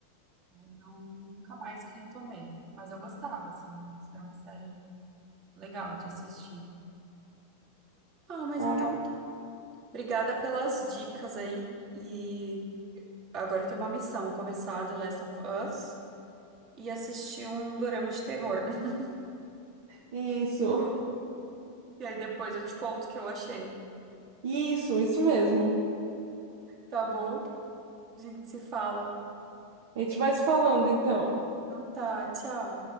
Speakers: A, on the right; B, on the right.
A: Eu Não, nunca mais retomei, mas eu gostava, assim, isso era uma série legal de assistir. Ah, mas
B: Ah,
A: então, tá. obrigada pelas dicas aí. e Agora eu tenho uma missão, começar The Last of Us e assistir um dorama de terror. <laughs>
B: isso.
A: E aí depois eu te conto o que eu achei.
B: Isso, isso mesmo.
A: Tá bom? A gente se fala.
B: A gente vai se falando então.
A: Então tá, tchau.